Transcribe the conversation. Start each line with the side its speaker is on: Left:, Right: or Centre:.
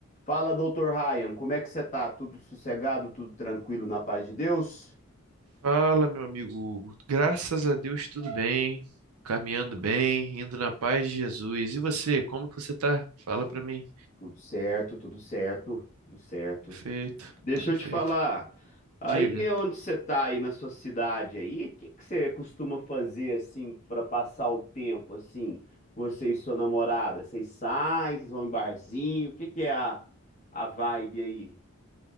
Left: Fala, doutor Ryan, como é que você tá? Tudo sossegado, tudo tranquilo na paz de Deus?
Right: Fala, meu amigo Hugo. Graças a Deus, tudo bem, caminhando bem, indo na paz de Jesus. E você, como que você tá? Fala pra mim.
Left: Tudo certo, tudo certo, tudo certo.
Right: Perfeito,
Left: Deixa
Right: perfeito.
Left: eu te falar, aí
Right: Diga.
Left: onde você tá aí na sua cidade aí, o que que você costuma fazer assim pra passar o tempo assim, você e sua namorada? Vocês saem, vocês vão em barzinho, o que que é a, a vibe aí?